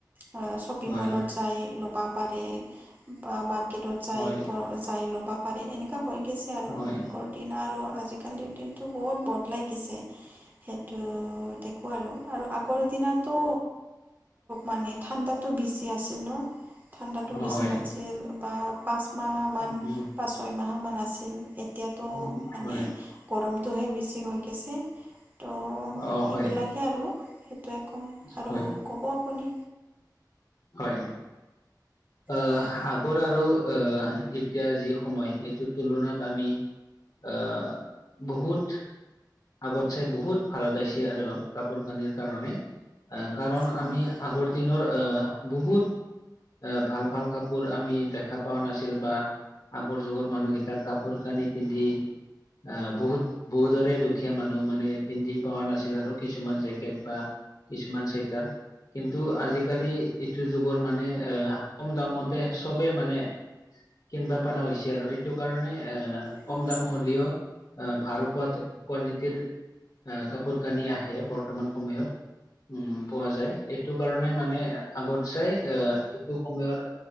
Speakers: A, on the right; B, on the left.
A: আ শ্বপিং
B: হয়
A: মলত
B: হয় হয় হয় হয়
A: যাই লবা পাৰে বা মাৰ্কেটত যাই
B: হয় হয়
A: প যাই ল'বা পাৰে এনেকুৱা হৈ গৈছে আৰু
B: হয়
A: আগৰ দিনা আৰু আজি-কালিৰ দিন টো বহুত বদলাই গৈছে। সেইটো দেখো আৰু আৰু আগৰ দিনত তো মানে ঠাণ্ডাটো বেছি আছিল ন। ঠাণ্ডাটো বেছি
B: হয়
A: লাগছিল। বা পাঁচ মাহমান,
B: উম
A: ছয় মাহমান আছিল। এ এতিয়াতো
B: উম,
A: মানে
B: হয়
A: গৰমটোহে বেছি হৈ গৈছে। ত
B: অ হয়
A: এইবিলাকে আৰু সেইটোৱে ক'ম আৰু
B: হয়
A: ক'ব আপুনি।
B: হয়। আ আ
A: হয়
B: আগৰ আৰু আ এতিয়া যি সময় সেইটোৰ তুলনাত আমি আ বহুত আগত চাই বহুত ভাৰত আইছি আৰু কাপোৰ-কানিৰ কাৰণে। আ কাৰণ
A: হয়
B: আমি আগৰ দিনৰ আ বহুত আ ভাল ভাল কাপোৰ আমি দেখা পোৱা নাছিল বা আগৰ যুগৰ মানুহকেইটাক কাপোৰ কানি পিন্ধি আহ বহুত বহুতৰে দুখ দুখীয়া মানুহ মানে পিন্ধি পোৱা নাছিল আৰু কিছুমান জেকেট বা কিছুমান চুৱেটাৰ। কিন্তু আজি-কালি এ যুগৰ মানে আ কম দামতে চবে মানে কিনবা পাৰা হৈছে আৰু এইটো কাৰণে এ
A: হৈছে
B: কম দাম হ'লিও আ ভাল কোৱাত কোৱালিটিৰ আ কাপোৰ-কানি আহে ব তমান সময়ত উম পোৱা যায়, এইটো কাৰণে মানে আগত চাই আ এইটো সময়ৰ